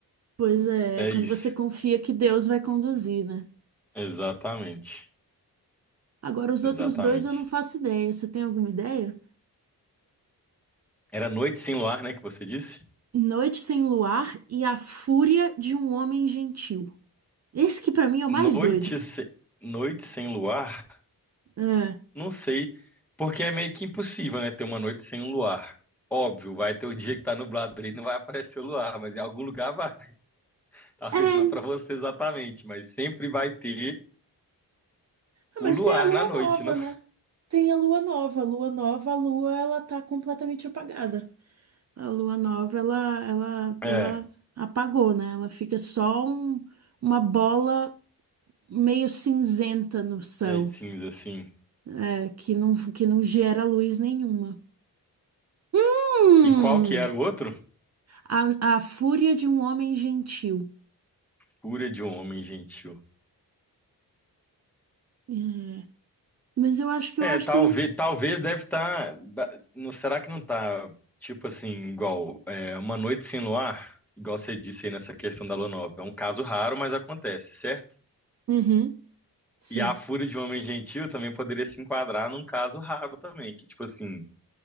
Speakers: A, on the right; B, in the centre.
A: Pois é,
B: é
A: é quando
B: isso.
A: você confia que Deus vai conduzir, né?
B: Exatamente.
A: Agora, os
B: Exatamente.
A: outros dois eu não faço ideia. Você tem alguma ideia?
B: Era Noite Sem Luar, né, que você disse?
A: Noite Sem Luar e A Fúria de um Homem Gentil. Esse que pra mim é o
B: Noite,
A: mais doido.
B: se- noite sem luar?
A: É.
B: Não sei, porque é meio que impossível, né, ter uma noite sem um luar. Óbvio, vai ter o dia que tá nublado ali, não vai aparecer o luar, mas em algum lugar vai. <laughs> Talvez
A: É.
B: não para você exatamente, mas sempre vai ter
A: Ah,
B: o
A: mas
B: luar
A: tem a lua
B: na noite,
A: nova,
B: não?
A: né? Tem a lua nova. A lua nova, a lua, ela tá completamente apagada. A lua nova, ela, ela,
B: É,
A: ela apagou, né? Ela fica só um- uma bola meio cinzenta no céu,
B: meio cinza assim.
A: é, que não, que não gera luz nenhuma. Hum!
B: E qual que era o outro?
A: A, a Fúria de um Homem Gentil.
B: Cura de um homem gentil.
A: É, Mas eu acho que
B: É,
A: eu acho
B: talvez,
A: que eu. en-
B: talvez deve estar. não, será que não tá, tipo assim, igual é, uma noite sem luar? Igual você disse aí nessa questão da lua nova. É um caso raro, mas acontece, certo?
A: Uhum, sim.
B: E a fúria de um homem gentil também poderia se enquadrar num caso raro também, que, tipo assim,